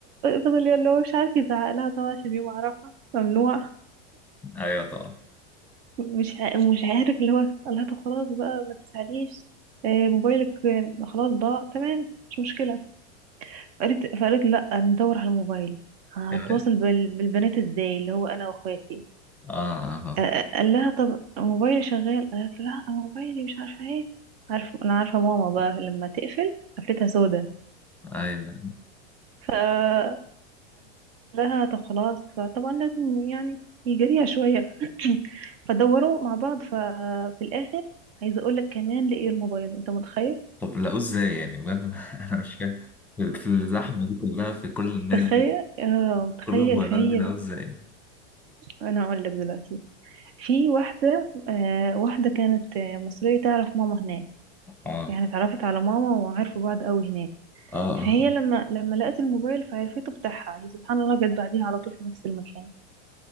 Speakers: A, on the right; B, in the centre.
A: فضل اللي هو مش عارف يزعق لها طبعا عشان يوم عرفها ممنوع
B: ايوه طبعا
A: مش ع... ومش عارف اللي هو قال لها طب خلاص بقى ما تزعليش آه، موبايلك آه، خلاص ضاع تمام مش مشكلة قالت فقالت لا ندور على الموبايل هتواصل
B: كمان
A: بال... بالبنات ازاي اللي هو انا واخواتي
B: اه اه فاهم
A: آه، قال لها طب موبايلي شغال قالت له لا موبايلي مش عارفه ايه عارف انا عارفه ماما بقى لما تقفل قفلتها سودا
B: ايوه
A: فقال لها طب خلاص فطبعا لازم يعني يجريها شويه <clears throat> فدوروا مع بعض ففي الاخر عايزه اقول لك كمان لقيوا الموبايل انت متخيل
B: طب لقوه ازاي يعني بجد انا <laughs> أنا مش فاهم في الزحمة دي كلها في كل الناس
A: تخيل
B: دي
A: اه متخيل
B: كل الموبايلات
A: فهي
B: دي لقوه ازاي
A: انا اقول لك دلوقتي في واحدة آه واحدة كانت آه، مصرية تعرف ماما هناك
B: اه
A: يعني اتعرفت على ماما وعرفوا بعض قوي هناك
B: اه اه
A: فهي لما لما لقت الموبايل فعرفته بتاعها هي سبحان الله جت بعديها على طول في نفس المكان